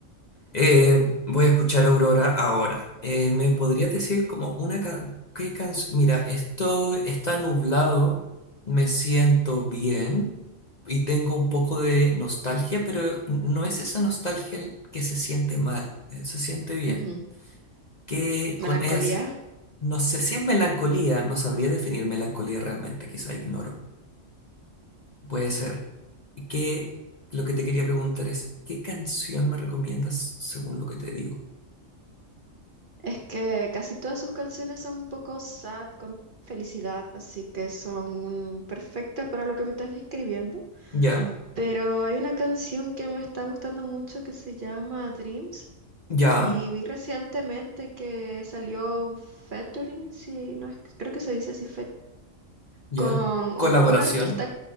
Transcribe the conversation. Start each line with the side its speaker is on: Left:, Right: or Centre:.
Left: Eh, voy a escuchar Aurora ahora. Eh, ¿me podrías decir como una ca- qué canción? Mira, esto está nublado, me siento bien y tengo un poco de nostalgia, pero no es esa nostalgia que se siente mal, eh, se siente bien.
Right: Ujú.
Left: que con
Right: Melancolía.
Left: es, no sé si es melancolía, no sabría definir melancolía realmente, quizá ignoro. Puede ser. Que lo que te quería preguntar es, ¿qué canción me recomiendas según lo que te digo?
Right: Es que casi todas sus canciones son un poco sad con felicidad, así que son un- perfectas para lo que me estás describiendo.
Left: Ya,
Right: Pero hay una canción que me está gustando mucho que se llama Dreams
Left: ya,
Right: y vi recientemente que salió un featuring, sí, no, es- creo que se dice así,
Left: ya.
Right: con
Left: Colaboración,
Right: o- un artista,